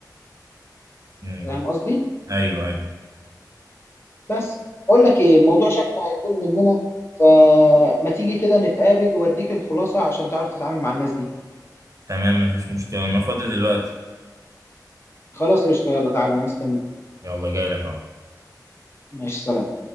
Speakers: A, on the right (about 45°); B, on the left (about 35°).
A: <laughs> ايوه
B: فاهم قصدي
A: ايوه
B: بس اقول لك ايه الموضوع شكله هيطول مننا فما تيجي كده نتقابل واديك الخلاصة عشان تعرف تتعامل مع الناس دي
A: تمام مفيش مشكلة انا فاضي دلوقتي
B: خلاص قشطة يلا تعالى انا مستني
A: يلا جاي لك اهو
B: ماشي سلام